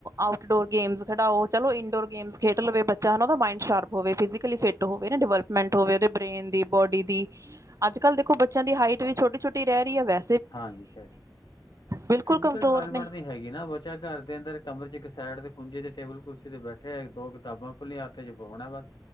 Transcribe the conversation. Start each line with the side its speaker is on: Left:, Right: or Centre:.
Right: ਆਉਟ ਡੋਰ ਗੇਮਸ ਖਡਾਓ ਚਲੋ ਇੰਡੋਰ ਗੇਮਸ ਖੇਡ ਲਵੇ ਬਚਾ ਹਨਾ ਚਲੋ ਓਦਾ ਮਾਈਂਡ ਸਾ਼ਰਪ ਹੋਵੇ ਫੀਜੀਕਲੀ ਫਿਟ ਹੋਵੇ ਨਾ ਡਿਵੈਲਪਮੈਂਟ ਹੋਵੇ ਓਦੇ ਬ੍ਰੇਨ ਦੀ ਬੋਡੀ ਦੀ ਅੱਜ ਕਲ ਦੇਖੋ ਬ ਬੱਚਿਆਂ ਦੀ ਹਾਈਟ ਵੀ ਛੋਟੀ ਛੋਟੀ ਰਹੀ ਹੈ ਵੈ
Left: ਹਾਂਜੀ ਸ਼ਾਇਦ
Right: ਬਿਲਕੁਲ
Left: ਫਿਜੀਕਲ
Right: ਕਮਜ਼ੋਰ
Left: ਡਿਵੈਲਪਮੈਂਟ
Right: ਨੇ
Left: ਨੀ ਹੈਗੀ ਨਾ ਬੱਚਾ ਘਰ ਦੇ ਅੰਦਰ ਕਮਰੇ ਚ ਇੱਕ ਸਾਈਡ ਦੇ ਖੁੰਜੇ ਤੇ ਟੇਬਲ ਕੁਰਸੀ ਤੇ ਬੈਠਾ ਹੈ। ਦੋ ਕਿਤਾਬਾਂ ਹਥ ਚ ਫੋਨ ਐ ਬਸ